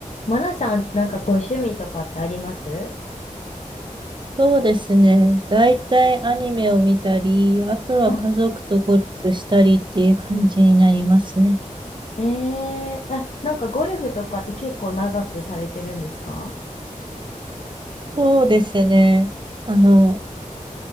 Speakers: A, on the left; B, on the right.
A: マナさん、なんかご趣味とかってあります
B: そうですね。大体アニメを見たり、あとは家族とゴルフしたりっていう感じになりますね。
A: はいええーあ、なんかゴルフとかって結構長くされてるんですか
B: そうですね。あの、